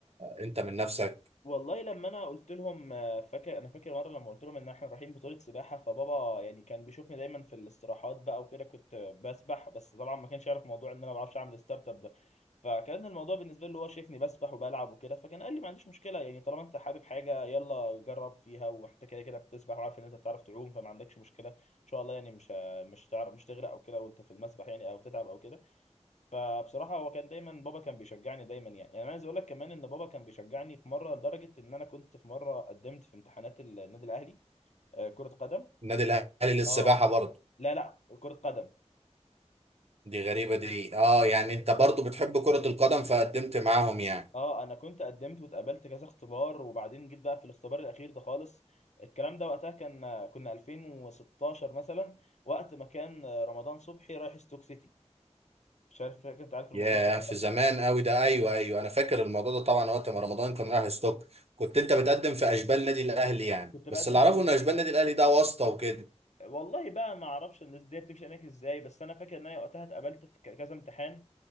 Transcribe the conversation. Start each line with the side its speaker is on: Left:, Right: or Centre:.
Right: انت من نفسك
Left: والله لما انا قلت لهم آه، فاكر انا فاكر مره لما قلت لهم ان احنا رايحين بطوله سباحه فبابا يعني كان بيشوفني دايما في الاستراحات بقى وكده كنت بسبح بس طبعا ما كانش يعرف موضوع ان انا ما بعرفش اعمل ستارت اب ده فكان الموضوع بالنسبه له هو شايفني بسبح وبلعب وكده فكان قال لي ما عنديش مشكله يعني طالما انت حابب حاجه يلا جرب فيها وانت كده كده بتسبح وعارف ان انت بتعرف تعوم فما عندكش مشكله ان شاء الله يعني مش مش هتعرف مش تغرق او كده وانت في المسبح يعني او تتعب او كده فبصراحه هو كان دايما بابا كان بيشجعني دايما يعني يعني انا عايز اقول لك كمان ان بابا كان بيشجعني في مره لدرجه ان انا كنت في مره قدمت في امتحانات النادي الاهلي آه، كره قدم
Right: النادي الاهلي للسباحة
Left: اه
Right: برضه
Left: لا لا كره قدم
Right: دي غريبة دي اه يعني انت برضه بتحب كرة القدم فقدمت معاهم يعني
Left: اه انا كنت قدمت واتقابلت كذا اختبار وبعدين جيت بقى في الاختبار الاخير ده خالص الكلام ده وقتها كان كنا 2016 مثلا وقت ما كان آه، رمضان صبحي رايح ستوك سيتي مش عارف فاكر انت عارف الموضوع
Right: ياه
Left: ده ولا
Right: في
Left: لا
Right: زمان قوي ده ايوه ايوه انا فاكر الموضوع ده طبعا وقت ما رمضان كان رايح ستوك كنت انت بتقدم في اشبال النادي الاهلي يعني
Left: كنت بقدم
Right: بس اللي اعرفه
Left: في الناشئين
Right: ان اشبال النادي الاهلي ده واسطة وكده
Left: والله بقى ما اعرفش الناس دي بتمشي هناك ازاي بس انا فاكر ان انا وقتها اتقابلت في ك- كذا امتحان